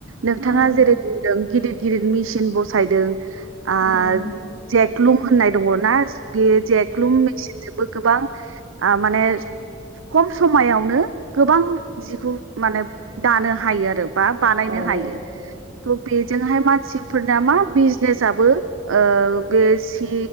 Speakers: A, on the right (about 80°); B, on the right (about 55°).
A: नोंथाङा
B: उम
A: जेरै बुंदों गिदिर गिदिर मेसिन बसायदों ओ
B: उम
A: जेकलुम होननाय दङना बेयो जेकलुम मेसिनजोंबो गोबां ओ माने खम समायावनो गोबां जिखौ माने दानो हायो आरो। बा बानायनो
B: औ उम
A: हायो थ' बेजोंहाय मानसिफोरना मा बिजनेसआबो ओ बे सि